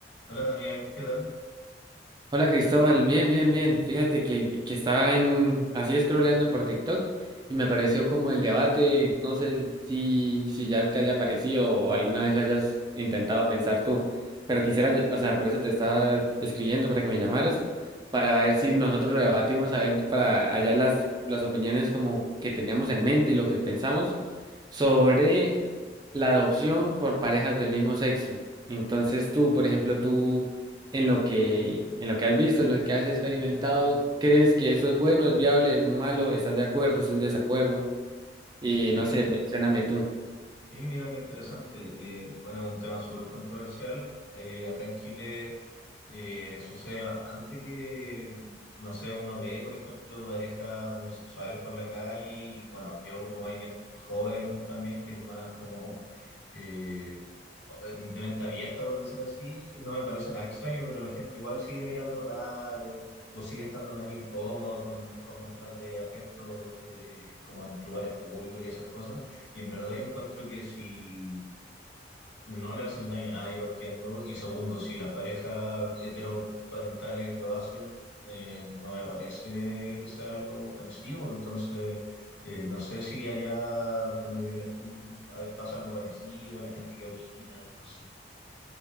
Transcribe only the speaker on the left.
Hola Daniel, ¿qué tal?
Sí,
sí, mira qué interesante. Eh, bueno, es un tema súper controversial. Eh, acá en Chile eh, sucede bastante que, mm, no sé, uno ve, por ejemplo, parejas homosexuales por la calle y bueno, yo como alguien joven también, que es más como, eh, eh, de mente abierta, por decir así, no me parece nada extraño, pero la gente igual sigue mirando raro o sigue estando medio incómodo con, con muestras de afecto eh, como en lugares públicos y esas cosas. Y en verdad yo encuentro que si no le hacen daño a nadie partiendo y segundo, si las parejas heteroparentales lo hacen, eh, no me parece que sea algo ofensivo. Entonces... Eh, no sé si allá donde vives tú eh, pasa algo parecido, la gente qué opina, no sé.